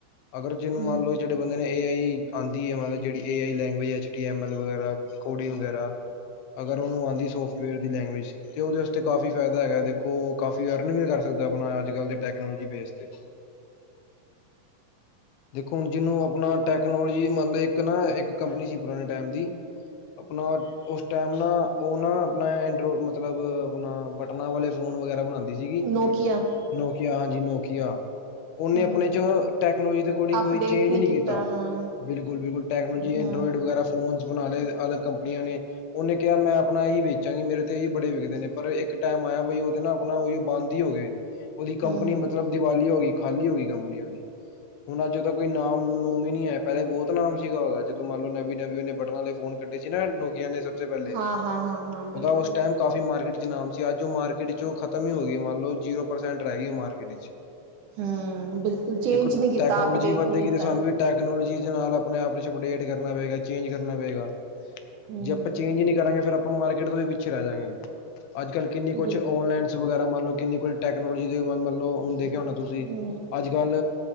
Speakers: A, on the left; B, on the right.
A: ਅਗਰ ਜਿਨੁ
B: ਹੂੰ
A: ਮੰਨ ਲਓ, ਜਿੜੇ ਬੰਦੇ ਨੇ ਏ ਆਈ ਆਂਦੀ ਏ, ਮਨ ਲਓ ਜੇੜੀ ਏ ਆਈ, language, H T M L ਵਗੈਰਾ, ਕੋਡਿੰਗ ਵਗੈਰਾ। ਅਗਰ ਉਨੂ ਆਂਦੀ ਸੋਫਟਵੇਅਰ ਦੀ ਲੈਂਗੁਏਜ- ਤੇ ਉਦੇ ਅਸਤੇ ਕਾਫੀ ਫੇਦਾ ਹੈਗੇ, ਦੇਖੋ, ਕਾਫੀ ਅਰਨ ਵੀ ਕਰ ਸਕਦੇ ਆਪਣਾ ਅੱਜ-ਕੱਲ ਦੇ ਟੈਕਨੋਲੋਜੀ ਬੇਸ ਤੇ। ਦੇਖੋ, ਹੁਣ ਜਿਨੂੰ ਆਪਣਾ ਟੈਕਨੋਲੋਜੀ, ਮਨਲੇ ਏਕ ਨਾ ਏਕ ਕੰਪਨੀ ਸੀ ਪੁਰਾਣੇ ਟੇਮ ਦੀ। ਆਪਣਾ ਉਸ ਟੇਮ ਨਾ ਉ ਨਾ ਆਪਣਾ ਐਂਡਰੋ ਮਤਲਬ ਆਪਣਾ ਬਟਨਾਂ ਵਾਲੇ ਫ਼ੋਨ ਵਗੈਰਾ ਬਣਾਂਦੀ ਸੀਗੀ।
B: ਨੋਕਿਆ।
A: ਨੋਕਿਆ! ਹਾਂਜੀ, ਨੋਕਿਆ। ਉਨੇ
B: ਹੂੰ,
A: ਆਪਣੇ ਚ ਟੈਕਨੋਲੋਜੀ ਦੇ ਅਕੋਰਡਿੰਗ
B: ਅਪਡੇਟ
A: ਕੋਈ ਚੇਂਜ
B: ਨਹੀਂ
A: ਨੀ ਕੀਤਾ।
B: ਹਾਂ,
A: ਬਿਲਕੁਲ-ਬਿਲਕੁਲ, ਟੈਕਨੋਲੋਜੀ,
B: ਹੂੰ।
A: ਐਂਡਰੋਇਡ ਵਗੈਰਾ ਫੋਨ ਬਣਾ ਲਏ ਅਲਗ ਕੰਪਨੀਆਂ ਨੇ। ਉਨੇ ਕਿਆ, ਮੈਂ ਅਪਣਾ ਇਹੀ ਵੇਚਾਂਗੀ, ਮੇਰੇ ਤੇ ਇਹੀ ਬੜੇ ਵਿਕਦੇ ਨੇ। ਪਰ ਇੱਕ ਟੇਮ ਆਇਆ ਬਈ ਉਦੇ ਨਾ ਆਪਣਾ ਉਹੀ ਬੰਦ ਦ ਹੋ ਗੇ, ਉਦੀ
B: ਹੂੰ-ਹੂੰ-ਹੂੰ,
A: ਕੰਪਨੀ ਮਤਲਬ ਦੀਵਾਲੀਯਾ ਹੋ ਗੀ, ਖਾਲੀ ਹੋ ਗੀ ਕੰਪਨੀ ਉਦੀ। ਹੁਣ ਅੱਜ ਤਾਂ ਕੋਈ ਨਾਮ ਨੂ ਹਮ ਨੀ ਏ ਪੇਲੇ ਬੋਤ ਨਾਮ ਸੀਗਾ ਉਦਾ ਜਦੋਂ ਮੰਨ ਲਓ ਨਵੀ ਨਵੀ ਉਹਨ ਵਾਲੇ ਫੋਨ ਕੱਢੇ ਸੀ ਨਾ ਨੋਕੀਆਂ ਨੇ ਸਭ ਸੇ ਪੇਲੇ,
B: ਹਾਂ-ਹਾਂ-ਹਾਂ-ਹਾਂ, ਬਿਲਕੁਲ।
A: ਉਦਾ ਉਸ ਟੇਮ ਕਾਫੀ ਮਾਰਕੀਟ ਚ ਨਾਮ ਸੀ, ਅੱਜ ਉ ਮਾਰਕੀਟ ਚੋ ਖਤਮ ਇ ਹੋਗੀ, ਮੰਨ ਲਓ ਜੀਰੋ ਪਰਸੈਂਟ ਰਹਿ ਗੀ ਮਾਰਕੀਟ ਚ।
B: ਹਮ, ਬਿਲਕੁਲ, ਚੇਂਜ
A: ਦੇਖੋ
B: ਨੀ ਕੀਤਾ,
A: ਟੈਕਨੋਲੋਜੀ
B: ਅਪਡੇਟ
A: ਵਧੇਗੀ
B: ਨੀ ਕੀਤਾ
A: ਤੇ ਸਾਨੂੰ
B: ਨਾ।
A: ਵੀ ਟੈਕਨੋਲੋਜੀ ਦੇ ਨਾਲ ਆਪਣੇ ਆਪ ਵਿੱਚ ਅਪਡੇਟ ਕਰਨਾ ਪਏਗਾ, ਚੇਂਜ ਕਰਨਾ ਪਏਗਾ
B: ਹੂੰ।
A: ਜੇ ਅਪ ਚੇਂਜ ਈ ਨੀ ਕਰਾਂਗੇ, ਫੇਰ ਅਪਾਂ ਮਾਰਕੀਟ ਤੋਂ ਵੀ ਪਿੱਛੇ ਰਹਿ ਜਾਂਗੇ, ਅੱਜ-ਕੱਲ ਕਿੰਨੀ ਕੁਛ
B: ਬਿਲ
A: ਔਨਲਾਈਨ ਚ ਵਗੈਰਾ, ਮੰਨ ਲਓ ਕਿੰਨੀ ਕੁ ਟੈਕਨੋਲੋਜੀ ਦੇ ਮੰਨ ਲਓ ਹੁੰਦੇ ਦੇਖਿਆ ਹੋਣਾ ਤੁਸੀਂ
B: ਹੂੰ-ਹੂੰ,
A: ਅੱਜ-ਕੱਲ